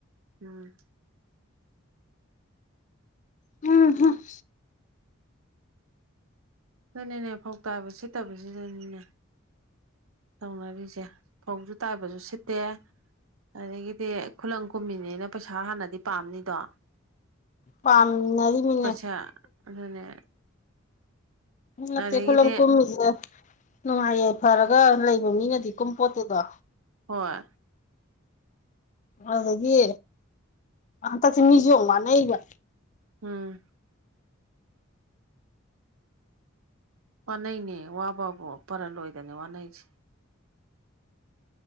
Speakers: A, on the right; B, on the left.
A: ꯎꯝ
B: ꯎꯝ ꯍꯝ
A: ꯑꯗꯨꯅꯦꯅꯦ ꯐꯧ ꯇꯥꯕ ꯁꯤꯠꯇꯕꯁꯤꯗꯅꯤꯅꯦ ꯇꯧꯅꯔꯤꯁꯦ ꯐꯧꯁꯨ ꯇꯥꯏꯕꯁꯨ ꯁꯤꯠꯇꯦ ꯑꯗꯒꯤꯗꯤ ꯈꯨꯂꯪ ꯀꯨꯝꯃꯤꯅꯦꯅ ꯄꯩꯁꯥ ꯍꯥꯟꯅꯗꯤ ꯄꯥꯝꯅꯤꯗꯣ
B: ꯄꯥꯝꯅꯔꯤꯃꯤꯅꯦ
A: ꯄꯩꯁꯥ ꯑꯗꯨꯅꯦ
B: ꯅꯠꯇꯦ
A: ꯑꯗꯒꯤꯗꯤ
B: ꯈꯨꯂꯪ ꯀꯨꯝꯃꯤꯁꯦ ꯅꯨꯡꯉꯥꯏ ꯌꯥꯏꯐꯔꯒ ꯂꯩꯕ ꯃꯤ ꯅꯠꯇꯦ ꯀꯨꯝ ꯄꯣꯠꯇꯗ
A: ꯍꯣꯏ
B: ꯑꯗꯨꯗꯒꯤ ꯍꯟꯗꯛꯁꯦ ꯃꯤꯁꯨ ꯋꯥꯥꯟꯅꯩꯕ
A: ꯎꯝ ꯋꯥꯅꯩꯅꯦ ꯋꯥꯕꯕꯨ ꯄꯔ ꯂꯣꯏꯗꯅ ꯋꯥꯅꯩꯁꯦ